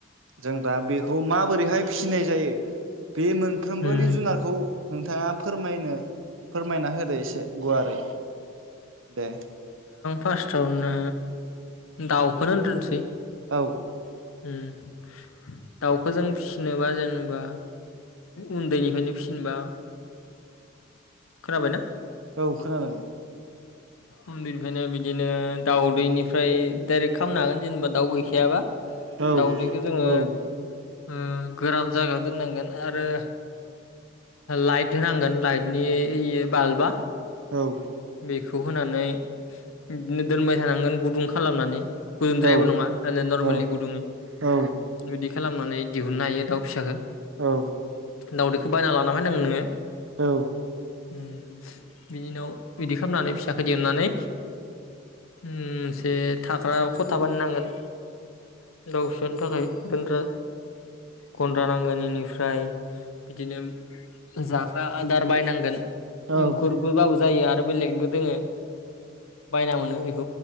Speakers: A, on the right (about 70°); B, on the left (about 80°).
A: जों दा बेखौ माबोरैहाय फिसिनाय जायो बे मोनफ्रोमबोनि
B: उम
A: जुनारखौ नोंथाङा फोरमायनो फोरमायना होदो एसे गुवारै दे
B: फार्स्टावनो दाउखौनो होनग्रोनसै
A: औ।
B: उम। दाउखो जों फिसिनोबा जेनेबा उन्दैनिफ्रायनो फिसिनोबा खोनाबायना?
A: औ खोनादों।
B: उन्दैनिफ्रायनो बिदिनो दाउदैनिफ्राय डाइरेक्ट खालामनो हागोन जेनेबा दाउ गैखायाबा।
A: औ।
B: खो जोङो
A: औ
B: ओ गोरान जायगायाव दोननांगोन आरो लाइट होनांगोन लाइटनि बाल्बा
A: औ।
B: बेखौ होनानै बिदिनो दोनबाय थानांगोन गुदुं खालामनानै। गुदुंद्रायबो
A: औ
B: नङा नरमेलि
A: औ
B: गुदुं
A: औ
B: बिदि खालामनानै दिहुननो हायो दउ फिसाखौ।
A: औ।
B: दावदैखौ बायना लाना फैनांगोन नोङो।
A: औ।
B: बिनि उनाव बिदि खालामनानै फिसाखौ दिहुनानै उम जे थाग्राखौ खथा बानाय नांगोन। दावसा नि थाखाय गन्द्रा गन्द्रा नांगोन इनिफ्राय बिदिनो जाग्रा आदार बायनांगोन।
A: औ
B: इम खुरग बााबो जायो आरो। आरो बेलेगबो दोङो बायना मोनो बे। ह